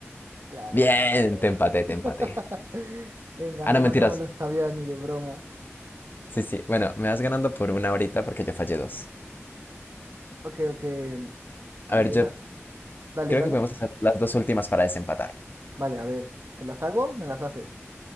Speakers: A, on the right; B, on the left.
A: claro,
B: Bien,
A: claro.
B: te empaté, te
A: <laughs>
B: empaté.
A: Venga,
B: Ah,
A: no,
B: no, mentiras.
A: no me lo sabía ni de broma.
B: Sí, sí. Bueno, me vas ganando por una ahorita porque yo fallé dos.
A: Ok, ok. A
B: A
A: ver,
B: ver, yo
A: dale,
B: creo
A: dale.
B: que podemos hacer las dos últimas para desempatar.
A: Vale, a ver, ¿te las hago? ¿Me las haces?